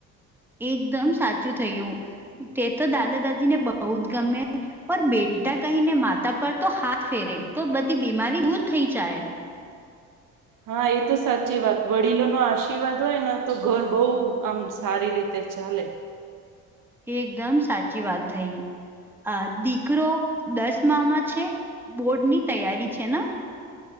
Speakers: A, in the centre; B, on the right.
A: એકદમ સાચું થયું તે તો દાદા-દાદીને બહુ જ ગમે. પર બેટા કહીને માતા પર તો હાથ ફેરે તો બધી બીમારી દૂર થઈ જાય.
B: હા, એ તો સાચી વાત વડીલોનો આશીર્વાદ હોય ને તો ઘર બહુ આમ સારી રીતે ચાલે.
A: એકદમ સાચી વાત થઈ. આ દીકરો દસમામાં છે, બોર્ડની તૈયારી છે ન